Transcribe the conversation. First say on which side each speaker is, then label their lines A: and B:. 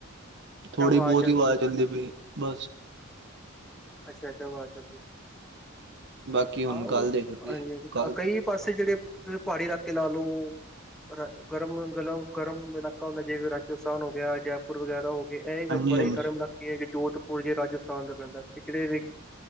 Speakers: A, in the centre; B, on the right.
A: ਅੱਛਾ
B: ਥੋੜੀ
A: ਹਵਾ
B: ਬਹੁਤ
A: ਚੱਲ
B: ਹੀ, ਹਾਵਾ
A: ਰਹੀ ਹੈ। ਉੱਥੇ।
B: ਚੱਲਦੀ, ਪਈ ਏ। ਬਸ।
A: ਅੱਛਾ- ਅੱਛਾ, ਹਵਾ ਚਲਦੀ ਪਈ ਏ।
B: ਬਾਕੀ ਹੁਣ
A: ਆਔ,
B: ਕੱਲ ਦੇਖਦੇ
A: ਹਾਂਜੀ- ਹਾਂਜੀ,
B: ਕੱਲ
A: ਕਾਕ ਪਾਸੇ ਜਿਹੜੇਂ, ਪਹਾੜੀ ਇਲਾਕੇ ਲਾ ਲਓ। ਗਰਮ ਗਲਮ ਗਰਮ ਇਲਾਕਾ, ਹੋ ਗਿਆ। ਜਿਵੇਂ ਰਾਜਸਥਾਨ ਹੋ ਗਿਆ। ਜੈਪੁਰ, ਵਗੈਰਾ ਹੋ ਗਏ। ਇਹ
B: ਹਾਂਜੀ
A: ਬੜੇ
B: ਹਾਂਜੀ
A: ਗਰਮ ਇਲਾਕੇ ਜੋਧਪੁਰ ਜੇ ਰਾਜਸਥਾਨ ਚ, ਪੈਂਦਾ ਏ। ਤੇ ਕਿਥਹੇ ਰੇ